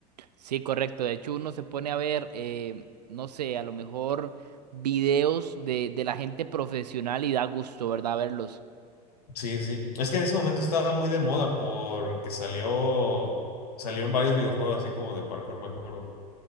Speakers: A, on the right; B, on the left.
A: Sí, correcto. De hecho, uno se pone a ver, eh, no sé, a lo mejor videos de, de la gente profesional y da gusto, ¿verdad? Verlos.
B: Sí, sí. Es que en ese momento estaba muy de moda porque salió, salió en varios videojuegos así como de parkour, me acuerdo.